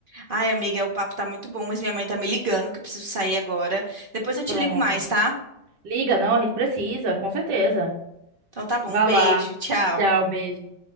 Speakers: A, on the right; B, on the right.
A: Ai, amiga, o papo tá muito bom, mas minha mãe tá me ligando, que eu preciso sair agora. Depois eu te
B: Pronto.
A: ligo mais, tá?
B: Liga, não, a gente precisa, com certeza.
A: Então tá bom,
B: Vá
A: um beijo,
B: lá.
A: tchau.
B: Tchau, beijo.